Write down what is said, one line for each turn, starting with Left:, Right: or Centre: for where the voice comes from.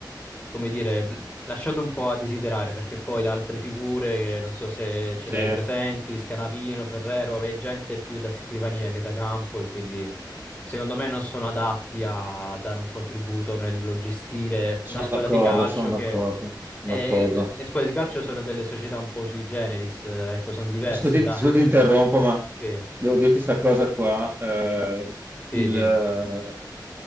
Left: come dire, bl- lasciando un po' a desiderare, perché poi le altre figure, non so se ce
Right: Sì.
Left: le hai presenti, Scanavino, Ferrero, è gente più da scrivania che da campo e quindi secondo me non sono adatti a dare un contributo nel gestire
Right: Sono
Left: una squadra
Right: d'accordo,
Left: di calcio
Right: sono
Left: che...
Right: d'accordo, sono
Left: e
Right: d'accordo.
Left: l- le squadre di calcio sono delle società un po' sui generis, eh, ecco, sono diverse
Right: Scusi,
Left: da...
Right: scusi,
Left: <laughs>
Right: ti interrompo, ma
Left: Sì,
Right: devo dirti questa cosa qua. eh,
Left: Sì,
Right: il,
Left: dimmi,